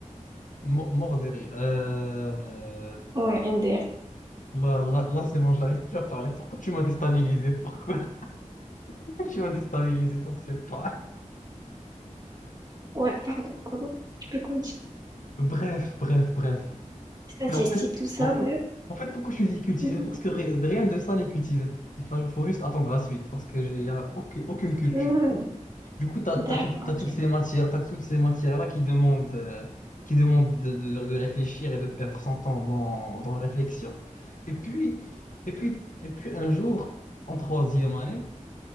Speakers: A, on the left; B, on the right.
A: Mo- Mort de rire. Euh,
B: Ouais, MDR.
A: Là, là, là c'est bon, j'arrive plus à parler. Pourquoi tu m'as déstabilisé? Pourquoi, <laughs> pourquoi tu m'as déstabilisé? Ça, c'est pas.
B: Ouais, pardon, pardon. Tu peux continuer.
A: Bref, bref, bref.
B: Statistiques,
A: Mais en fait,
B: tout ça,
A: en
B: ouais.
A: fait, en fait, pourquoi je suis dit cultivé?
B: Mhm.
A: Parce que ri- rien de ça n'est cultivé. Enfin, il faut juste attendre la suite, parce que j'ai y a aucune, aucune culture.
B: Mhm.
A: Du coup, tu as,
B: D'accord,
A: toutes
B: ok.
A: ces matières, t'as toutes ces matières-là qui demandent, euh, qui demandent de, de- de réfléchir et de perdre son temps dans, dans la réflexion. Et puis, et puis, et puis, un jour, en troisième année,